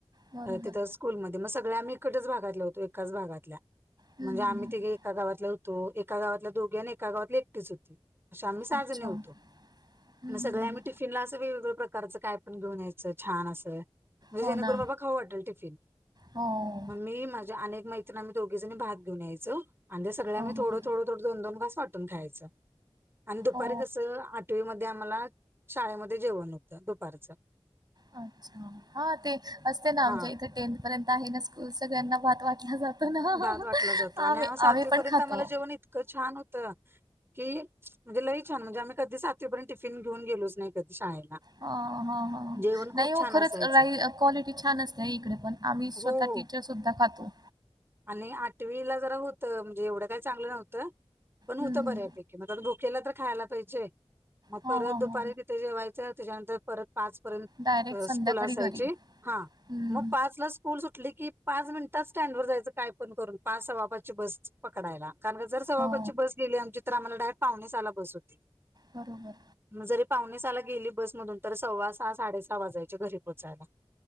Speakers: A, on the right; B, on the right.
A: बरोबर.
B: तिथं स्कूलमध्ये मग सगळे आम्ही इकटच भागातल्या होतो एकाच भागातल्या
A: हं,
B: म्हणजे
A: हं, हं.
B: आम्ही तीघी एका गावातल्या होतो एका गावातल्या दोघी आणि एका गावातली एकटीच होती अशा आम्ही सहा
A: अच्छा.
B: जणीे होतो
A: हं, हं,
B: सगळे
A: हं.
B: आम्ही टिफिनला असं वेगवेगळ प्रकारचं काय पण घेऊन यायचं छान असं म्हणजे
A: हो
B: जेणेकरून
A: ना.
B: बाबा खाऊ वाटल टिफिन
A: हो
B: मग मी माझी आणि एक मैत्रिन आम्ही दोघीजणी भात घेऊन यायचं आणि सगळ्या
A: हां,
B: आम्ही थोडं
A: हां.
B: थोडं दोन दोन घास वाटून खायचं आणि दुपारी
A: हो
B: कसं आठवीमध्ये ते आम्हाला शाळेमध्ये जेवण होतं दुपारच
A: अच्छा हा ते असते ना आमच्या
B: हा
A: इथे टेंन्थ पर्यंत आहे ना स्कूल सगळ्यांना भात वाटला जातो ना
B: भाात वाटला जातो आणि
A: आम्ही
B: आव सातवीपर्यंत
A: आम्ही पण खातो
B: आम्हाला जेवण इतकं छान होतं की म्हणजे लई छान म्हणजे आम्ही कधी सातवीपर्यंत टिफिन घेऊन गेलोच नाही कधी शाळेला
A: ह ह ह
B: जेवण खूप
A: नाही हो
B: छान
A: खरंच
B: असायचं.
A: रा क्वालिटी छान असत्या इकडे पण आम्ही स्वतः
B: हो हो
A: टीचर सुद्धा खातो
B: आणि आठवीला जरा होतं म्हणजे एवढं काय चांगलं नव्हतं पण होतं
A: हम्म
B: बऱ्यापेकी भुकेला तर खायला पाहिजे मग
A: हा
B: परत
A: हा
B: दुपारी
A: हा
B: तिथे जेवायचं त्याच्यानंतर परत पाच पर्यंत
A: डायरेक्ट संध्याकाळी
B: स्कूल असायची
A: घरी
B: हा
A: हम्म
B: मग पाचला स्कूल सुटली की पाच मिनिटात स्टँड वर जायचं काय पण करून पाच सव्वा पाच ची बस पकडायला कारण का जर सव्वा
A: हो
B: पाचची बस गेली आमची तर आम्हाला डायरेक्ट पावणे सहाला बस होती
A: बरोबर
B: जरी पावणे सहाला गेली बसमधून तर सव्वा सहा साडे सहा वाजयचे घरी पोहचायला